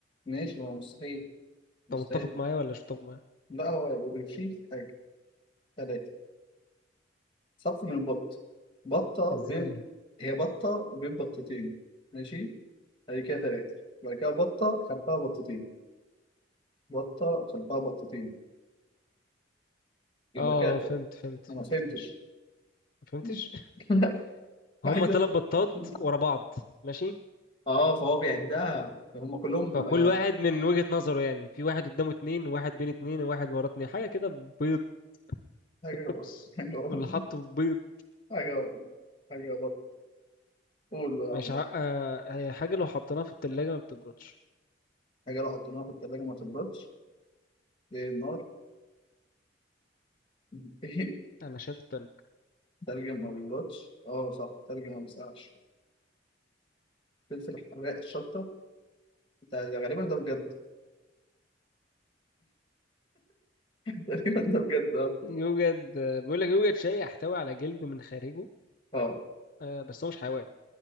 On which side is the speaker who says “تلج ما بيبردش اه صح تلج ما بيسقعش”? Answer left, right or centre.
Left